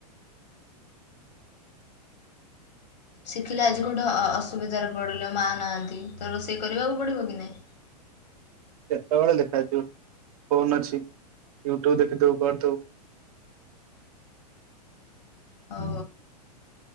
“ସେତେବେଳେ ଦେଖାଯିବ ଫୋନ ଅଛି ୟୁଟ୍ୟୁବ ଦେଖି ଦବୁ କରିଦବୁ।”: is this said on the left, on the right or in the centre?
Right